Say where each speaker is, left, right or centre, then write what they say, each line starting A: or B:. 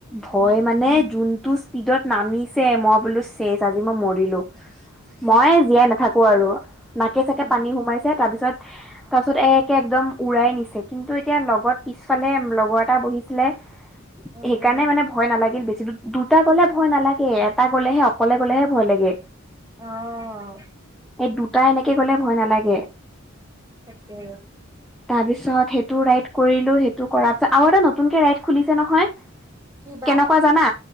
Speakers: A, in the centre; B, on the right.
A: ভয় মানে যোনটো স্পীডত নামিছে মই বোলো চেজ আজি মই মৰিলো মই জীয়াই নাথাকো আৰু নাকে চাকে
B: উম,
A: পানী সোমাইছে তাৰ পিছত তাৰ পিছত একে একদম উৰাই নিছে কিন্তু এতিয়া লগত পিছফালে লগত বহিছিলে
B: উম,
A: সেইকাৰণে
B: উম,
A: মানে ভয় নালাগিল বেছি দুটা গ'লে ভয় নালাগে এটা গলেহে অকলে গলেহে ভয় লাগে
B: অ
A: এই দুটা এনেকে গলে ভয় নালাগে
B: তাকে
A: তাৰপিছত সেই টো ৰাই কৰিলো সেইটো কৰাৰ পিছত আৰু এটা নতুন কেে ৰাই খুলিছে নহয়
B: কি বা
A: কেনেকুৱা জানা